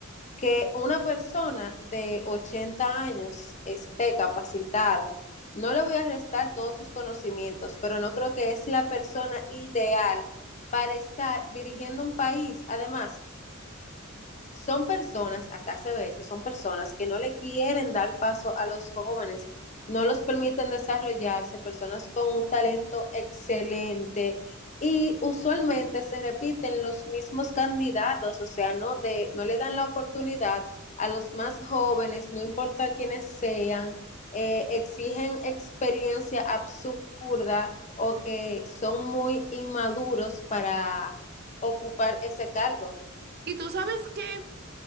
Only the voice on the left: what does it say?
que una persona de 80 años esté capacitada. No le voy a restar todos sus conocimientos, pero no creo que es la persona ideal para estar dirigiendo un país. Además, son personas, acá se ve eso, son personas que no le quieren dar paso a los jóvenes, no los permiten desarrollarse, personas con un talento excelente y usualmente se repiten los mismos candidatos, o sea, no, de, no le dan la oportunidad a los más jóvenes, no importa quiénes sean, eh, exigen experiencia absurda o que son muy inmaduros para ocupar ese cargo.